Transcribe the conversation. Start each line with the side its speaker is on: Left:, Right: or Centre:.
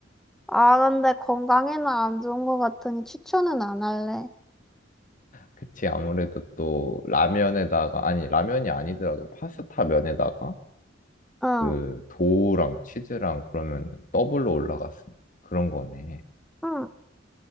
Centre: 아, 근데 건강에는 안 좋은 것 같으니 추천은 안 할래.
Left: 그치, 아무래도 또 라면에다가, 아니, 라면이 아니더라도 파스타 면에다가
Centre: 응,
Left: 그 도우랑 치즈랑 그러면 더블로 올라갔으니 그런 거네.
Centre: 응.